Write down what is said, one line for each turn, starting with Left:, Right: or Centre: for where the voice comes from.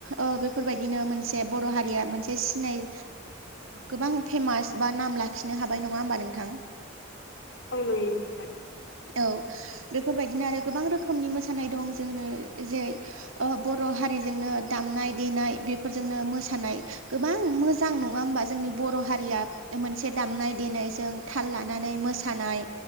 Right: ओ बेफोरबायदिनो मोनसे बर' हारिया मोनसे सिनाय गोबां फेमास बा नाम लाखिनो हाबाय नङा होमबा नोंथां?
Left: औ नंगौ नोंथां।
Right: औ बेफोरबायदिनो आरो गोबां रोखोमनि मोसानाय दं जोङो जेरै बर' हारिजोंनो दामनाय देनाय बेफोरजोंनो मोसानाय गोबां मो मोजां नङा होमबा जोंनि बर' हारिया मोनसे दामनाय देनायजों थाल लानानै मोसानाय